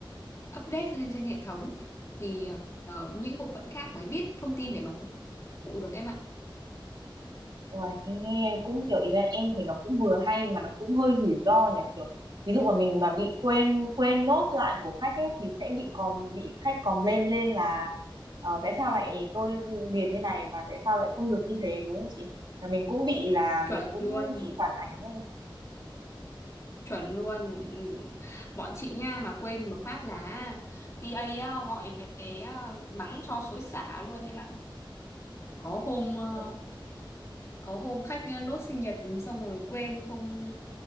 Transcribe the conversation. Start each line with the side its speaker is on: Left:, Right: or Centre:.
Left: update lên trên hệ thống thì ờ, ờ, những bộ phận khác mới biết thông tin để mà phục vụ được em ạ
Right: Uầy, cái nghe cũng kiểu ý là em thấy nó cũng vừa hay mà nó cũng hơi rủi ro nhỉ kiểu ví dụ mà mình mà bị quên quên nốt lại của khách ấy thì sẽ bị còm bị khách còm lên lên là ờ, tại sao lại tôi như- điền như này mà tại sao lại không được như thế đúng không chị là mình cũng bị là
Left: chuẩn
Right: mình cũng
Left: luôn
Right: bị phản ánh
Left: chuẩn luôn Ừ. bọn chị nha mà quên một phát là TA á, gọi về á, mắng cho xối xả luôn em ạ có hôm ờ,
Right: lên
Left: có hôm khách nốt sinh nhật xong rồi quên không